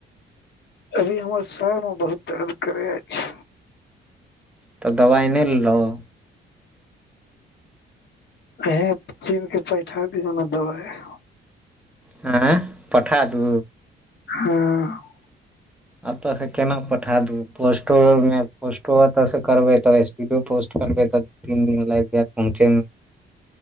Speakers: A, on the left; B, in the centre.
A: अभी हमर सर मऽ बहुत दर्द करे अछि
B: तऽ दबाइ नय लेलहुँ
A: अहाँ चीन कऽ पैठा दिय नऽ दबाइ
B: आँय पठा दू
A: हँ
B: एतऽ सँ केना पठा देबै पोस्टोरमे पोस्टो ओतऽ सँ करबै तऽ एसपीडो पोस्ट करबै तऽ तीन दिन लाइग जैत पहुँचे मऽ